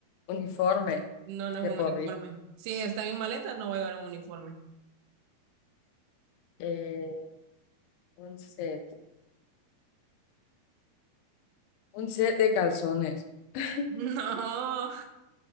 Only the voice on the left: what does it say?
uniforme
de
porri.
Eh, un set. Un set de calzones. <laughs>